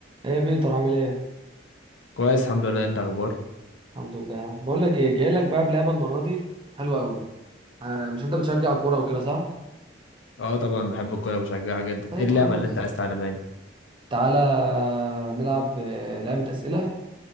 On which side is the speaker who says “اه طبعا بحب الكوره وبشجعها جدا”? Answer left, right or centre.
Left